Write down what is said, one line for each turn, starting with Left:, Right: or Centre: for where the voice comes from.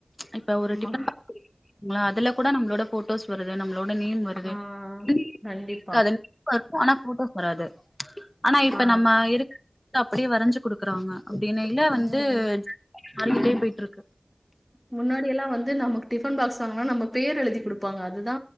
Left: இப்ப ஒரு
Centre: ஆமா
Left: டிஃபன் பாக்ஸ் <inaudible> யா அதுல கூட நம்ளோட போட்டோஸ் வருது நம்ளோட நேம் வருது
Centre: ஆ
Left: இல்லீயே <inaudible>
Centre: கண்டிப்பா
Left: <inaudible> வரும் ஆனா போட்டோஸ் வராது ஆனா இப்ப
Centre: ஆ
Left: நம்ம இருக்கிற <inaudible> அப்டியே வரஞ்சு குடுக்குறாங்க அப்டின்னு இல்ல வந்து
Centre: ம்
Left: <inaudible> போயிட்ருக்கு
Centre: முன்னாடியெல்லா வந்து நமக்கு டிஃபன் பாக்ஸ் வாங்கனா நம்ப பேர் எழுதி குடுப் ப்பாங்க அதுதா